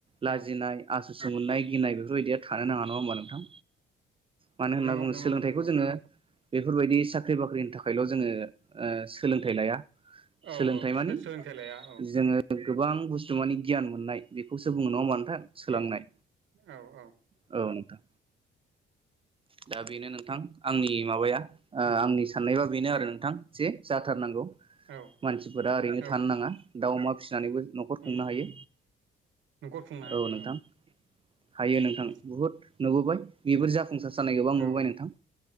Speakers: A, on the right (about 25°); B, on the right (about 75°).
A: लाजिनाय,
B: औ
A: आसुसु मोननाय गिनाय बेफोरबायदिया थानो नाङा नङा होमबा नोंथां? मानो होनना
B: नंगौ
A: बुङो
B: नंगौ
A: सोलोंथाइखौ
B: नोंथां औ
A: जोङो
B: औ
A: बेफोरबायदि साख्रि बाख्रिनि थाखायल' जोङो ओ सोलोंथाइ लाया।
B: औ
A: सोलोंथाइ
B: औ
A: मानि
B: सो-सोलोंथाइ लाया औ।
A: जोङो गोबां बुस्थु मानि गियान मोननाय। बेखौसो बुङो नङा होमा नोंथां सोलांनाय
B: औ औ औ
A: औ नोंथां। दा बेनो नों थां आंनि माबाया ओ
B: उम
A: आंनि सान्नायबा बेनो आरो
B: औ
A: नोंथां जे जाथारनांगौ।
B: औ
A: मानसिफोरा ओरैनो
B: औ
A: थानो नाङा। दाउमा फिस जानैबो न'खर खुंनो
B: उम
A: हायो
B: उम न'खर खुंनो हायो
A: औ नोंथां। हायो नोंथां
B: उम
A: बुहुद नुबोबाय बेफोर जाफुंसार जानाय गोबां नुबोबाय
B: औ
A: नोंथां